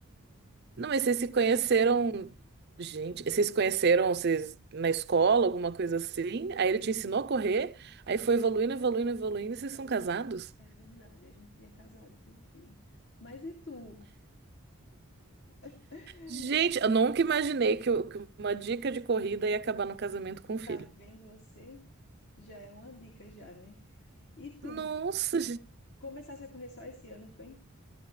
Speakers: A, on the right; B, on the left.
A: Não, mas vocês se conheceram, gente, vocês se conheceram vocês, na escola, alguma coisa assim? Aí ele te ensinou a correr, aí foi evoluindo, evoluindo, evoluindo, e vocês
B: Foi.
A: são casados?
B: É verdade, a gente é casado, tem um filho. Mas e tu? <laughs>
A: Gente, eu nunca imaginei que, eu- que uma dica de corrida ia acabar no casamento com um filho.
B: Tá vendo você? Já é uma dica já, né? E tu,
A: Nossa,
B: fico-
A: gente.
B: começasse a correr só esse ano, foi?